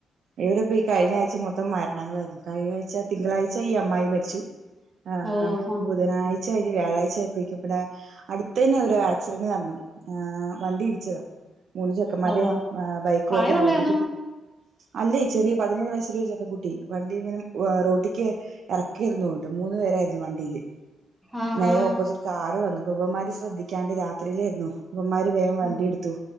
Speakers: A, on the right; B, in the centre.
A: എവിടെപ്പയീ കഴിഞായ്ച്ച
B: ഉം അതാ
A: മൊ ത്തം മരണങ്ങളായിരുന്നു കഴിഞായ്ച്ച തിങ്കളാഴ്ച ഈ അമ്മായി മരിച്ചു ആ
B: ഓ ആ
A: ബുധനാഴ്ച കഴിഞ്ഞു വ്യാഴാഴ്ച്ചയായപ്പെയേക്കും പിന്നെ അടു തന്നെ ഒരു ആക്സിഡന്റ് നടന്നു ഏഹ് വണ്ടിയിടിച്ചതാ മൂന്ന് ചെക്കമ്മാര്
B: ആ ഉവ്വ
A: ബൈക്കുവായിട്ട്
B: പ്രായമുള്ളയാന്നോ
A: റോഡി അല്ലെ ചെറിയ പതിനേഴ് വയസ്സുള്ള ഒരു ചെക്കൻ കുട്ടി വണ്ടിയിങ്ങനെ റോട്ടിക്ക് എറക്കേയിരുന്നുന്ന്ണ്ട് മൂന്ന് പേരായിരുന്നു വണ്ടിയില്
B: ആ
A: നേരെ
B: ആ
A: ഓപ്പോസിറ്റ് കാറ് വന്നു അപ്പവന്മാര് ശ്രദ്ധിക്കാണ്ട് രാത്രിയിലായിരുന്നു ഇവമാര് വേഗം
B: ഓ
A: വണ്ടിയെടുത്തു